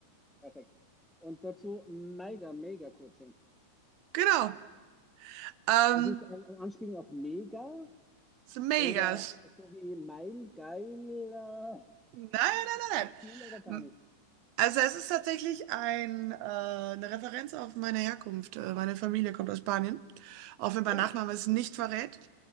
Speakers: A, in the centre; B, on the right.
A: perfekt. Und dazu Mega, Mega Coaching.
B: Genau. Ähm,
A: Es ist ein, eine Anspielung auf Mega
B: ist Megas.
A: oder so wie Meil, geil, äh,
B: Nein, nein,
A: Wortspiel
B: nein,
A: oder gar
B: nein.
A: nichts.
B: Also es ist tatsächlich ein, äh, eine Referenz auf meine Herkunft. Äh, Meine Familie kommt aus Spanien, auch wenn mein
A: Oh,
B: Nachname es nicht verrät.